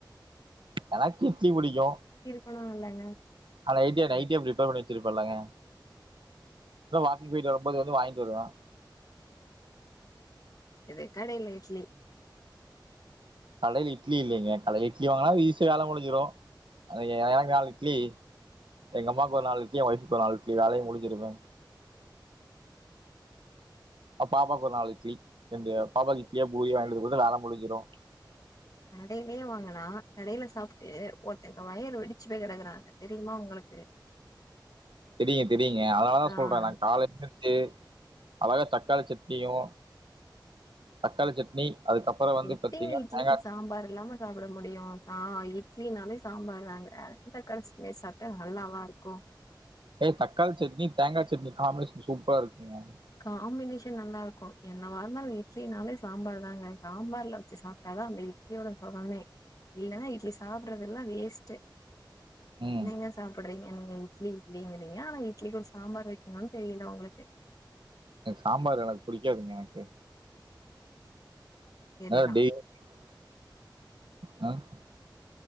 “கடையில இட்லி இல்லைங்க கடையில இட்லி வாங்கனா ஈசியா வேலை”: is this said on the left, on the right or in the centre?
Right